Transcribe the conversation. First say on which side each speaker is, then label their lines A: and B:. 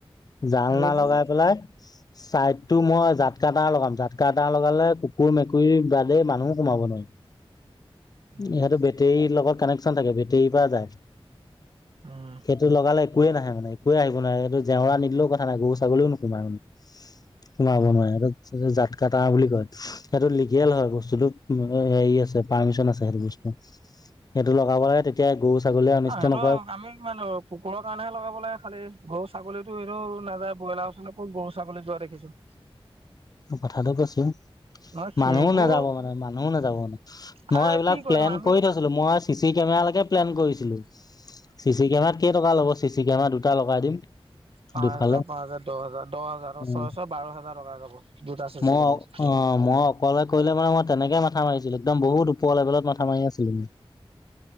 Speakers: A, on the left; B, on the right.
A: জংনা
B: এইবোৰ
A: লগাই পেলাই, চাইদ টো মই জাতকা তাৰ লগাম জাতকা টা লগালে কুকুৰ মেকুৰী বাদেই মানুহো হোমাব নোৱাৰিব।
B: উম,
A: ইিহঁতো বেটেৰীৰ লগত কানেকশচন থাকে বেটৰীৰ পৰা যায়।
B: উম।
A: সেইটো লগালে, একোৱেই নাহে মানে একোৱে আহিব নোৱাৰে সেইটো জেওৰা নিদিলেও কথা নাই গৰু ছাগলীও নোকোমাই মানে। সোমাব
B: অ'
A: নোৱাৰে হে জাতকা তাৰ বুলি কয় সেইটো লিগেল হয় বস্তুটো। হেৰি আছে পাৰ্মিচন আছে সেইটো বস্তু সেইটো লগাবলাগে তেতিয়া গৰু ছাগলীয়ে অনিষ্ট
B: সেটো
A: নকৰে
B: আমি কিমান কুকুৰৰ কাৰণেহে লগাব লাগে খালি গৰু -ছাগলীতো এনেও নাযায় ব্ৰইলাৰ ওচৰলে'ক গৰু- ছাগলী যোৱা দেখিছো?
A: কথাটো কৈছিম।
B: নহয় সেইবোৰ
A: মানুহো নাযাব মানে মানুহো নাযাব মানে মই
B: আৰে
A: সেইবিলাক
B: কি কৰিম
A: প্লেন
B: আমি
A: কৰি থৈছিলো মই চি চি কেমেৰা প্লেন কৰিছিলো চি চি কেমেৰাত কেইটকা ল'ব চি চি কেমেৰা দুটা লগাই দিম।
B: পাঁচ
A: দুফালে
B: হাজাৰ পাঁচ হাজাৰ দহ হাজাৰ দহ হাজাৰ ছয়
A: উম
B: ছয় বাৰ হাজাৰ টকা যাব। দুটা চি
A: মই
B: চি কেমেৰা।
A: অ অ মই অকলে কৰিলে মানে মই তেনেকে মাথা মাৰিছিলো একদম বহুত ওপৰ লেভেলত মাথা মাৰি আছিলো মই।